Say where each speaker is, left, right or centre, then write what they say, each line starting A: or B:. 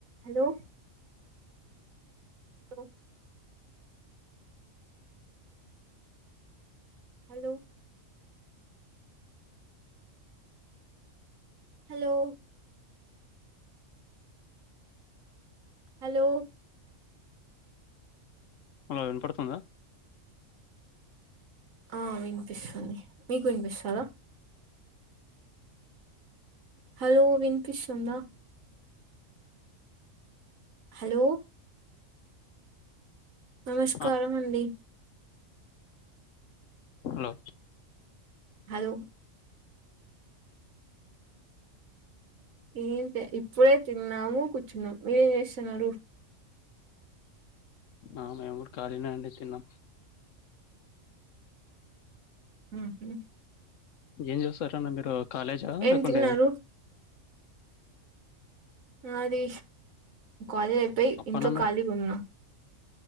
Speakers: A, on the right; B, on the left.
A: Hello hello hello hello hello
B: hello వినపడుతుందా
A: ఆ వినిపిస్తుంది మీకు వినిపిస్తోందా హలో వినిపిస్తుందా హలో నమస్కారం
B: ఆ
A: అండి
B: హలో
A: హలో ఏం లే ఇప్పుడే తిన్నాము కూర్చున్నాం మీరేం చేస్తున్నారు
B: ఆ మేము కూడా ఖాళీనే అండి తిన్నాం
A: మ్హు
B: ఏం చేస్తురండి మీరు కాలేజా
A: ఏం
B: లేకుంటే
A: తిన్నారు నాది కాలేజ్ అయిపోయి ఇంట్లో
B: పనమే
A: ఖాళీగున్న